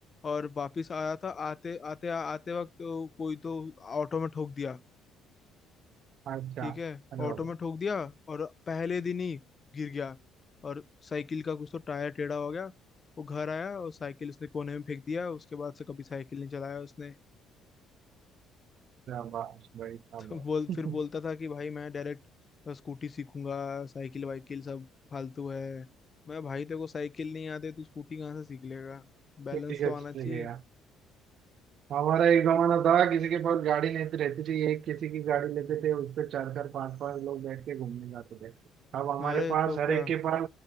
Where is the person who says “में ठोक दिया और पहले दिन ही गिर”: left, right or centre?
Left